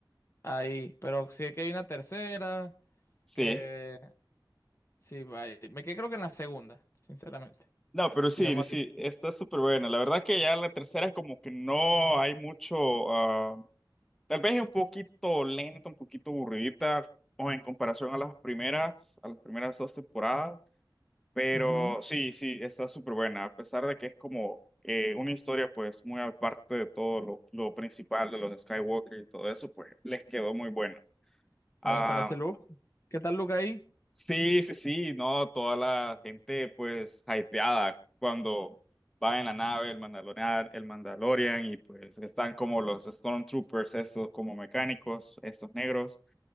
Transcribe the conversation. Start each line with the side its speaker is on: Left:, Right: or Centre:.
Left: Ahí, pero sí que hay una tercera
Centre: Sí.
Left: que sí, vaya. Me quedé creo que en la segunda, sinceramente.
Centre: No, pero
Left: Sí,
Centre: sí,
Left: yo me
Centre: sí, está súper buena. La verdad que ya la tercera como que no hay mucho, ah, tal vez es un poquito lenta, un poquito aburridita o en comparación a las primeras, a las primeras dos temporadas. Pero
Left: recuerdo. Ujú.
Centre: sí, sí, está súper buena, a pesar de que es como eh, una historia pues muy aparte de todo lo, lo principal de los Skywalker y todo eso, pues les quedó muy bueno. Ah,
Left: Bueno, aparece Luke. ¿Qué tal Luke ahí?
Centre: sí, sí, sí, no, toda la gente pues hypeada cuando va en la nave el Mandalorian, el Mandalorian y pues están como los Stormtroopers, estos como mecánicos, estos negros.